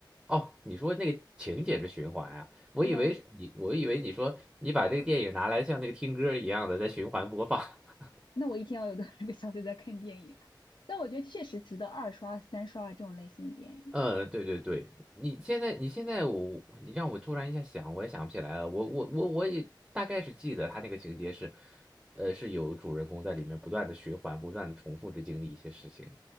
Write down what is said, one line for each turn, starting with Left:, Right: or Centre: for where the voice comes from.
Centre: 哦，你说那个情节是循环啊？我以为你我以为你说你把这个电影拿来像那个听歌一样的在循环播放。
Left: 对啊，
Centre: <laughs>
Left: 那我一天要有多少个小时在看电影？但我觉得确实值得二刷、三刷啊这种类型的电影。
Centre: 嗯，对对对，你现在你现在我你让我突然一下想，我也想不起来了。我我我我也大概是记得他那个情节是，呃，是有主人公在里面不断的循环，不断的重复着经历一些事情。